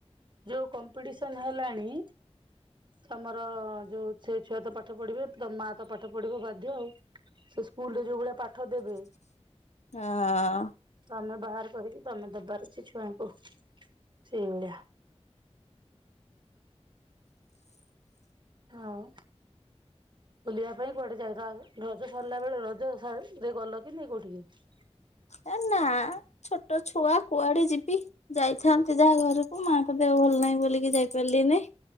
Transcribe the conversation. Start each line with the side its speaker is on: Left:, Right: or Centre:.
Right: ଯୋଉ କମ୍ପିଡି ଉଛନ ହେଲାଣି ତମର ଯୋଉ ସେ ଛୁଆ ତ ପାଠ ପଢିବେ ତ ମା ତ ପାଠ ପଢିବ ବାଧ୍ୟ୍ୟ ଆଉ ସେ ସ୍କୁଲ୍ ରେ ଯୋଉ ଭଳିଆ ପା ଠ ଦେବେ
Left: ହଁ।
Right: ତମେ ବାହାର କରିକି ତମେ ଦବା ବେଶି ଛୁଆଙ୍କୁ ସେଇ ଭଳିଆ ହଁଉ ବୁଲିବା ପାଇଁ କୁଆଡେ ଯାଇ ର ରଜ ସରିଲା ବେଳେ ରଜ ସ ଗଲ କି ନାଇ କୋଉଠିକି?
Left: ଏ ନା ଛୋଟ ଛୁଆ କୁଆଡେ ଯିବି। ଯାଇଥାନ୍ତି ଯାହା ଘରକୁ ମାଙ୍କ ଦେହ ଭଲ ନାହିଁ ବୋଲିକି ଯାଇପାରିଲିନେହିଁ।